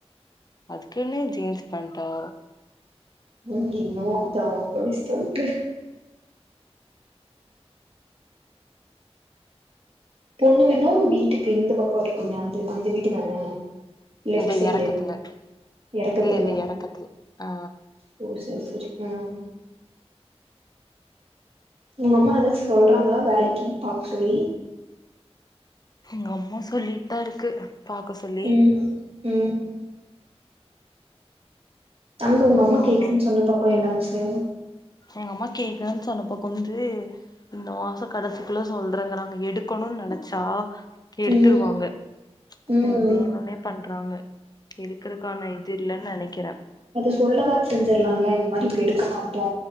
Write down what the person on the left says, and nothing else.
அதுக்குனு ஜீன்ஸ் பேண்டா
இந்த
எறக்கத்துல
இல்ல இல்ல எறக்கத்துல ஆ
எங்க அம்மா சொல்லிட்டு தா இருக்கு பாக்க சொல்லி
நான்
தான்
ஒன்னும்
எங்க அம்மா கேக்குறேன் சொன்னப்பக்கோ வந்து இந்த மாச கடைசிக்குள்ள சொல்றேன்றாங்க எடுக்கனுன் நெனச்சா எடுத்துருவாங்க
ங்க வேணுன்னே பண்றாங்க எடுக்கறக்கான இது இல்லைன்னு நெனக்குறே